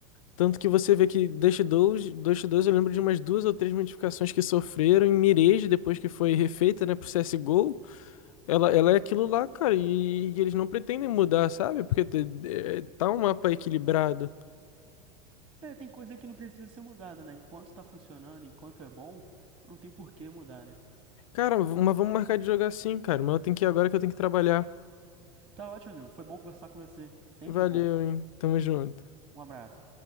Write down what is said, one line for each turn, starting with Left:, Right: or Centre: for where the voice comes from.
Left: tanto que você vê que Dust 2, Dust 2 eu lembro de umas duas ou três modificações que sofreram em Mirage depois que foi refeita, né, pro CS:GO, ela ela é aquilo lá, cara, e, e eles não pretendem mudar, sabe? Porque te- é, tá um mapa equilibrado.
Right: É, tem coisa que não precisa ser mudada, né? Enquanto tá funcionando, enquanto é bom, não tem por que mudar, né?
Left: Cara, mas vamos marcar de jogar sim, cara, mas eu tenho que ir agora que eu tenho que trabalhar.
Right: Tá ótimo, amigo. Foi bom conversar com você. Sempre
Left: Valeu,
Right: bom.
Left: hein. Tamo junto.
Right: Um abraço.